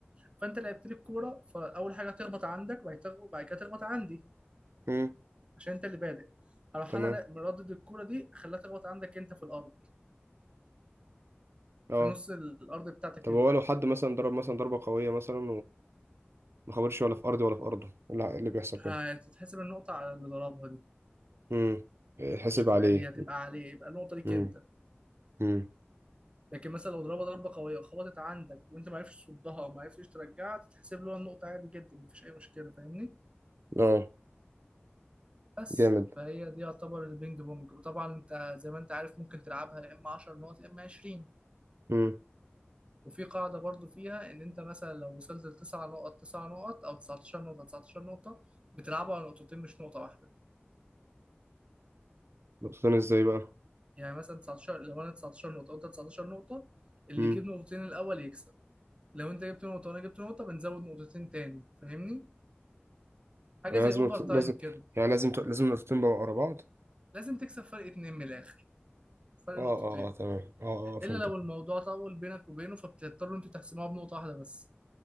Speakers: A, on the right; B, on the right.
A: فانت لعبت لي الكوره فاول حاجه تخبط عندك وبعد كده وبعد كده تخبط عندي
B: امم
A: عشان انت اللي بادئ اروح
B: تمام
A: انا لا- مردد الكوره دي اخليها تخبط عندك انت في الارض
B: اه
A: في نص الارض بتاعتك
B: طب
A: انت
B: هو لو حد مثلا ضرب مثلا ضربة قوية مثلا ما خبرش ولا في ارضي ولا في ارضه اللي اللي بيحصل كده
A: هتتحسب النقطه على اللي ضربها دي
B: امم حسب
A: مش تبقى
B: عليه
A: ليه هتبقى عليه يبقى النقطه ليك
B: امم
A: انت
B: امم
A: لكن مثلا لو ضربها ضربه قويه خبطت عندك وانت ما عرفتش تصدها او ما عرفتش ترجعها تتحسب له النقطه عادي جدا مفيش اي مشكله فاهمني
B: اه
A: بس
B: جامد
A: فهي دي يعتبر البينج بونج وطبعا انت زي ما انت عارف ممكن تلعبها يا اما 10 نقط يا اما 20
B: امم
A: وفي قاعدة برضو فيها ان انت مثلا لو وصلت لتسع نقط تسع نقط او 19 نقطة 19 نقطة بتلعبوا على نقطتين مش نقطة واحدة
B: نقطتين ازاي بقى
A: يعني مثلا 19 لو انا 19 نقطة وانت 19 نقطة اللي
B: امم
A: يجيب نقطتين الاول يكسب لو انت جبت نقطة وانا جبت نقطة بنزود نقطتين تاني فاهمني حاجة
B: لازم
A: زي اوفر تايم
B: لازم
A: كده
B: يعني لازم ت- لازم نقطتين بقى ورا بعض
A: لازم تكسب فرق اتنين من الاخر فرق
B: اه
A: نقطتين
B: اه اه تمام اه اه فهمتك
A: الا لو الموضوع طول بينك وبينه فبتضطروا انتوا تحسموها بنقطة واحدة بس